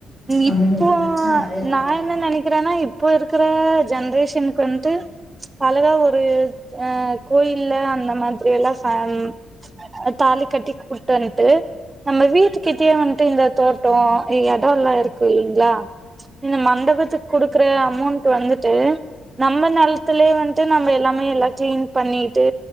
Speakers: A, on the left; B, on the right.
A: பண்ணணு
B: இப்போ
A: அப்டின்னு நெனச்சா நெறையா
B: நா
A: பண்ணலா
B: என்ன நெனைக்குறேன்னா, இப்போ இருக் குற ஜென்ரேஷனுக்கு வந்ட்டு அழகா ஒரு அஹ் கோயில்ல அந்த மாதிரி எல்லா, ஃபாம் அ தாலி கட்டி கூட்டி வந்ட்டு நம்ம வீட்டுக்கிட்டயே வந்ட்டு இந்த தோட்டோ இ இடொல்லா இருக்கு இல்லைங்க்ளா, இந்த மண்டபத்துக்கு குடுக்குற அமௌண்ட் வந்துட்டு நம்ம நெலத்துலயே வந்ட்டு நம்ம எல்லாமே எல்லா கிளீன் பண்ணிட்டு